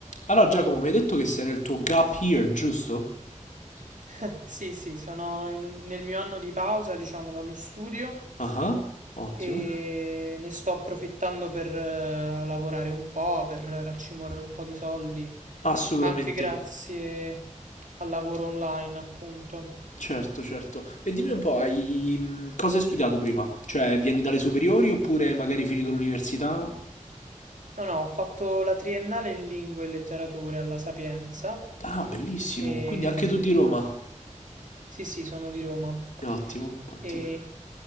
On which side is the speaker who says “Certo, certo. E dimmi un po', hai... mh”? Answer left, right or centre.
Left